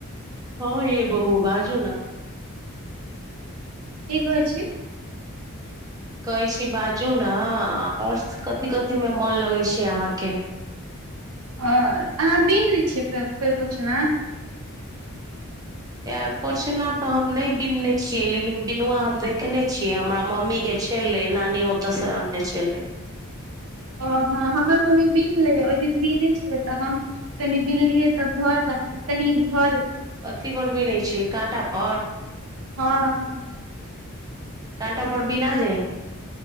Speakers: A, on the right; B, on the right.
A: हँ यै बौओ बाजू न।
B: की कहै छी।
A: कहै छी बाजू न आओर कथि-कथि मे मन लगे छैय अहाँ के।
B: ओ अहाँ बिन लै छियैे पै-पैड़ पोछना।
A: पैड़ पोछना तऽ हम नहि बिनने छीये लेकिन बिनुआ हम देखने छीये हमरा मम्मी के छैय। छेलेै नानी ओतऽ से अनने छेलै।
B: ओ हँ हमर मम्मी बीन लैयऽ ओहि दिन बीने छलै तऽ हम कनि बीनलियै तऽ भऽ गेल कनिक घर
A: कथी पर बीनै छीयै काँटा पर।
B: हँ- हँ।
A: कांटा पर बिना जाइयै।